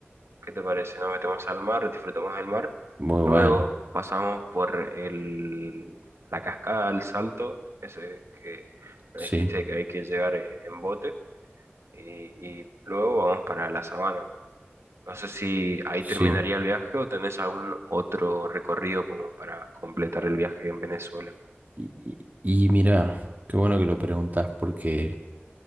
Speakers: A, on the right; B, on the right.
A: ¿Qué te parece? Nos metemos al mar, disfrutamos del mar.
B: muy
A: Luego
B: bueno.
A: pasamos por el, la cascada, el salto, ese que me
B: Sí,
A: dijiste que hay que llegar eh, en bote. Y, y luego vamos para la sabana. No sé si ahí
B: sí.
A: terminaría el viaje o tenés algún otro recorrido como para completar el viaje en Venezuela.
B: Y, y, y mira, qué bueno que lo preguntas porque